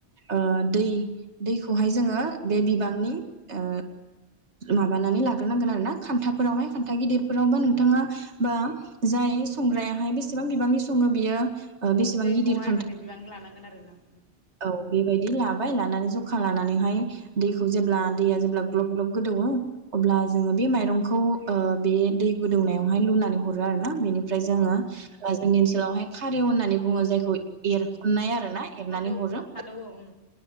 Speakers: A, on the right; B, on the left.
A: ओ दै दैखौहाय जोङो बे बिबांनि ओ माबानानै ला ग्रो नांगोन आरोना खान्थाफोरावहाय खान्था गिदिरफोरावबा नोंथाङा बा जाय संग्रायाहाय बेसेबां बिबांनि सङो बियो ओ बेसेबां
B: दैखौहाय
A: गिदिर खान्था
B: माने बिबांनि लानांगोन आरोना?
A: औ बेबायदि लाबाय लानानै जखा लानानैहाय दैखौ जेब्ला दैया जेब्ला ग्लब ग्लब गोदोवो अब्ला जोङो बे माइरंखौ ओ बे दै गोदौनायावहाय लुनानै हरो आरोना बेनि ओमफ्राय जोङो
B: औ
A: ओ जोंनि ओनसोलावहाय खारेव होननानै बुङो जायखौ एरख'नाय आरो। ना एरनानै
B: खादौ
A: हरो
B: खादौ अ ओं।